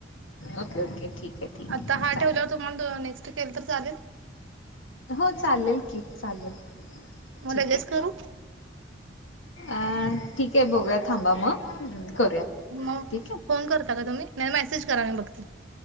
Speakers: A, on the left; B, on the right.
A: ओके, ओके ठीक आहे ठीक
B: आता
A: आहे
B: हा
A: चालेल
B: ठेवल्यावर तुम्हाला नेक्स्ट केल तर चालेल?
A: हो चालेल की, चालेल
B: मग
A: ठीक
B: लगेच
A: आहे.
B: करू
A: अं ठीक आहे बघुया थांबा मग करूयात
B: मग
A: ठीक आहे.
B: फोन करता का तुम्ही? नाही मेसेज करा मी बघते.